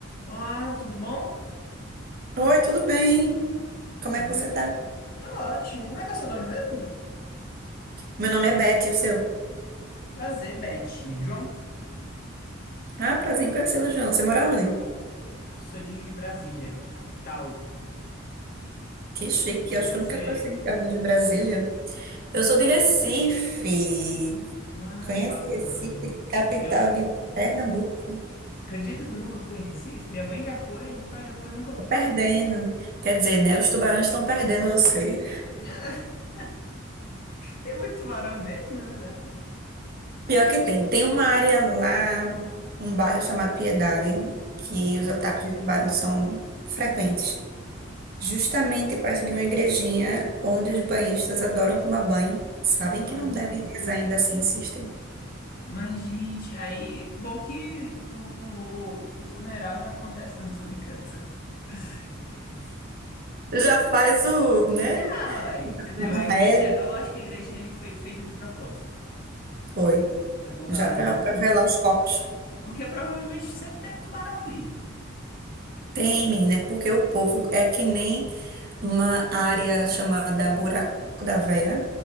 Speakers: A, on the left; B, on the right.
A: Olá, tudo bom?
B: Oi, tudo bem? Como
A: Tranquilo?
B: é que você tá?
A: Tô ótimo. Como é que é o seu nome mesmo?
B: Meu nome é Beth, e o seu?
A: Prazer, Beth. João,
B: Ah, prazer em conhecê-lo, João. Você mora onde?
A: sou de Brasília, capital.
B: Que chique,
A: E
B: acho
A: você?
B: que eu nunca conheci alguém de Brasília. Eu sou de Recife.
A: Ah,
B: Conhece
A: que bacana.
B: Recife, capital
A: Eu
B: de Pernambuco?
A: acredito que eu nunca fui em Recife. Minha mãe já foi, meu pai já foi, eu nunca fui.
B: Tô perdendo. Quer dizer, né? Os tubarões estão perdendo você.
A: <laughs> Tem muito tubarão mesmo, na verdade?
B: Pior que tem. Tem uma área lá, um bairro chamado Piedade, que
A: Uhum.
B: os ataques de tubarão são frequentes. justamente perto de uma igrejinha onde os banhistas adoram tomar banho. Sabem
A: Imagina.
B: que não devem, mas ainda assim insistem.
A: Mas, gente, aí, bom que o, o, o o funeral já acontece. <laughs> Não, tô brincando. <laughs> Que isso.
B: Já faz o, né?
A: Ah, ué, entendeu?
B: Uma
A: A igrejinha,
B: reza
A: eu acho que a igrejinha ali foi feita de propósito.
B: foi,
A: Não é por
B: já
A: nada,
B: para
A: não, porque,
B: velar os corpos.
A: porque provavelmente sempre teve tubarão ali.
B: Tem, menina, é porque o povo é que nem uma área chamada Buraco da Veia.